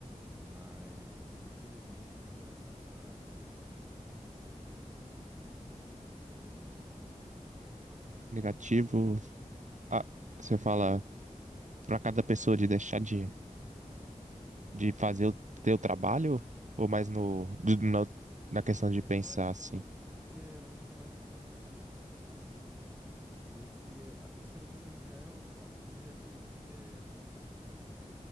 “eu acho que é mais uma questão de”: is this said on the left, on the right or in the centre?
Right